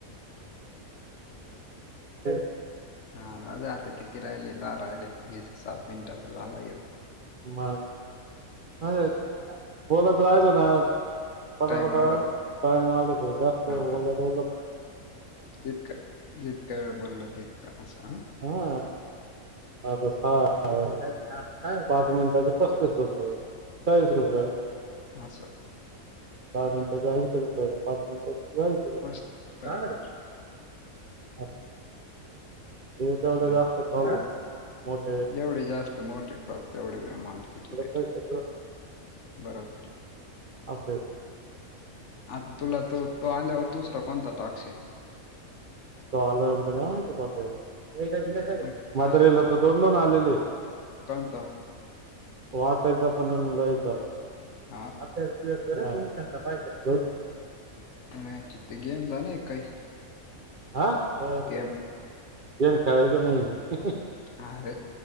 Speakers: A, on the right (about 50°); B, on the left (about 60°).
A: <unintelligible>
B: हा जाऊ दे आता किती राहिले दहा राहिले ये सात मिनिटाचा झाला येव
A: म <unintelligible> बोलत राहिल ना पटापट
B: टाइम वाढवतो
A: कायम वाढतं जास्त बोलल
B: हा जितका जितका बोलल तितक असं
A: हा आता
B: हा
A: पहा पाच मिनिटांचे पस्तीस रुपये चाळीस रुपये
B: असं
A: दहा मिनिटाचे ऐंशी रुपये पाच मिनट <unintelligible>
B: मस्त बरोबर
A: जाणाराय का हे तेवढ
B: हा,
A: जास्त <unintelligible>
B: जेव-
A: मोठे
B: जेवढे जास्त मोठे कॉल तेवढे अमाऊंट तिची भेटती
A: पैसे
B: बरोबर
A: अस
B: आता तुला तो तो आल्यावर दुसरा कोणता टाक्श हाये.
A: तो आल्यानंतर मला नाय महित कोणाता येतो.
B: मग
A: <unintelligible> म्हातारीला
B: असं क-
A: तर दोन दोन आलेले आहे.
B: कोणता
A: वाचायचं पण, लिहायच पण
B: हा
A: आभ्यास बिब्यास करं अ <unintelligible>
B: याच्यातर गेम झा ना एक काही
A: आ बर
B: गेम
A: बर गेम खेळायच नाहीय
B: आरं